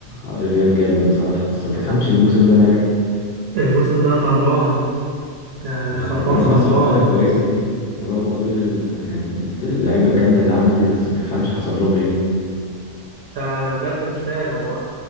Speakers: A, on the left (about 60°); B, on the right (about 65°).
A: الريال جامد بصراحة بس ما تفهمش الموسم ده ماله
B: الموسم ده خربان يعني
A: آه، من
B: خربان
A: رغم
B: خربان
A: الصفقات الكويسة دي من رغم كل ال- يعني اللعيبة الجامدة اللي عنده دي بس ما تفهمش حصل لهم ايه
B: انا بجد مش فاهم هو